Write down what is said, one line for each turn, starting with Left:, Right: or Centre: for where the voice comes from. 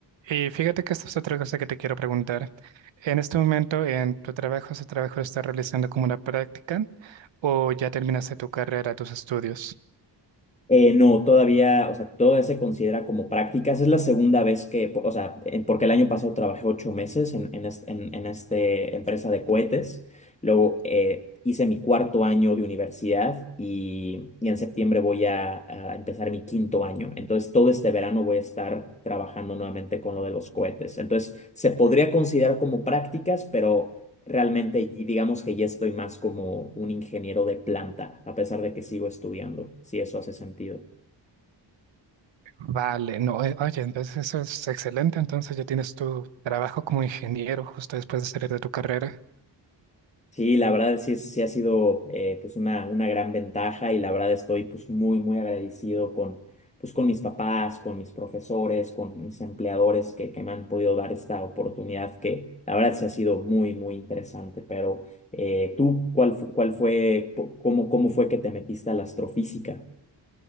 Right: y fíjate que esta es otra cosa que te quiero preguntar. En este momento, en tu trabajo, ¿ese trabajo lo estás realizando como una práctica o ya terminaste tu carrera, tus estudios?
Left: Eh, no, todavía, o sea, todavía se considera como prácticas. Es la segunda vez que, po- o sea, en- porque el año pasado trabajé ocho meses en, en, este- en, en este empresa de cohetes. Luego eh, hice mi cuarto año de universidad y, y en septiembre voy a, a empezar mi quinto año. Entonces, todo este verano voy a estar trabajando nuevamente con lo de los cohetes. Entonces, se podría considerar como prácticas, pero Realmente, digamos que ya estoy más como un ingeniero de planta, a pesar de que sigo estudiando, si eso hace sentido.
Right: Vale, no, eh, oye, entonces eso es excelente, entonces ya tienes tu trabajo como ingeniero justo después de salir de tu carrera.
Left: Sí, la verdad sí, es- sí ha sido eh, pues una, una gran ventaja y la verdad estoy pues muy, muy agradecido con, pues, con mis papás, con mis profesores, con mis empleadores que, que me han podido dar esta oportunidad que la verdad sí ha sido muy, muy interesante. Pero eh, tú, ¿cuál, fu- cuál fue, po- cómo, cómo fue que te metiste a la astrofísica?